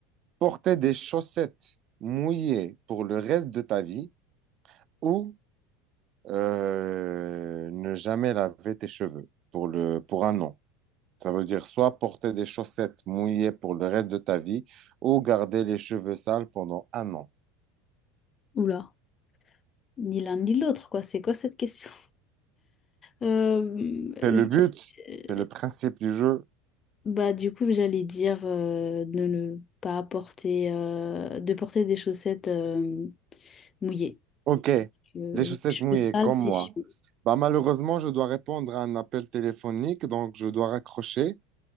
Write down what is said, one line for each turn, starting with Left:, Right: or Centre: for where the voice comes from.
Right: porter des chaussettes mouillées pour le reste de ta vie ou euh, ne jamais laver tes cheveux pour le, pour un an? Ça veut dire soit porter des chaussettes mouillées pour le reste de ta vie ou garder les cheveux sales pendant un an.
Left: Oula, ni l'un ni l'autre, quoi. C'est quoi cette question? Euh,
Right: C'est
Left: j'ai-
Right: le but, c'est le principe du jeu.
Left: bah, du coup, j'allais dire euh, de ne pas porter, euh, de porter des chaussettes euh, mouillées.
Right: Ok,
Left: Parce que
Right: les chaussettes
Left: les cheveux
Right: mouillées
Left: sales,
Right: comme
Left: c'est
Right: moi.
Left: chiant.
Right: Bah, malheureusement, je dois répondre à un appel téléphonique, donc je dois raccrocher